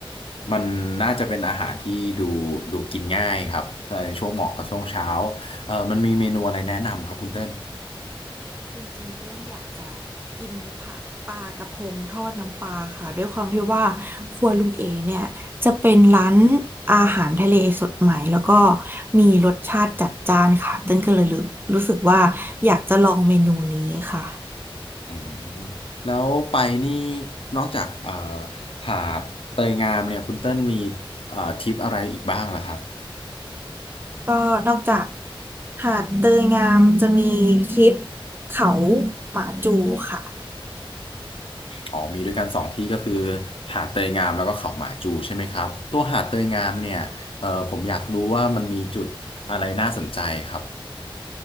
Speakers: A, on the left; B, on the right.
A: มันน่าจะเป็นอาหารที่ดูดูกินง่ายครับ แต่ในช่วงเหมาะกับช่วงเช้าเออมันมีเมนูอะไรแนะนำครับคุณเติ้ล
B: จริงๆเต้นอยากจะกินผักปลากระพงทอดน้ำปลาค่ะด้วยความที่ว่าครัวลุงเอเนี่ยจะเป็นร้านอาหารทะเลสดใหม่แล้วก็มีรสชาติจัดจ้านค่ะเต้นก็เลยรู้รู้สึกว่าอยากจะลองเมนูนี้ค่ะ
A: อืมแล้วไปนี่นอกจากเอ่อหาดเตยงามเนี่ยคุณเติ้ลมีเอ่อทริปอะไรอีกบ้างล่ะครับ
B: ก็นอกจากหาดเตยงามจะมีคลิปเขาหมาจูค่ะ
A: อ๋อมีด้วยกันสองที่ก็คือหาดเตยงามแล้วก็เขาหมาจูใช่ไหมครับตัวหาดเตยงามเนี่ยเอ่อผมอยากรู้ว่ามันมีจุดอะไรน่าสนใจครับ